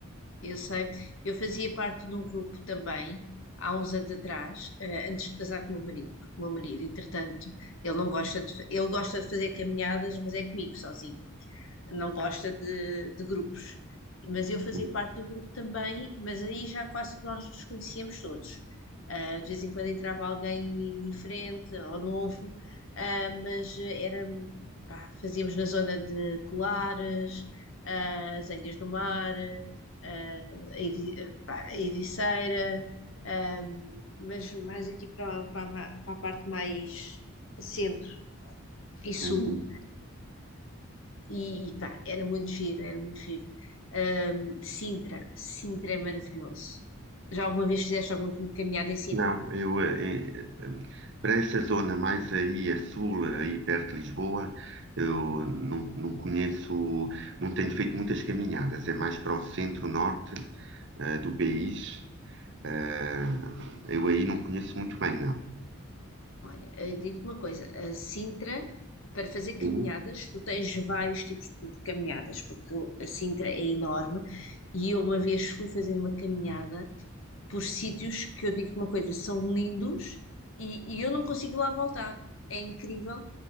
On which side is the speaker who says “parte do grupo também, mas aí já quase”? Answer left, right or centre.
Left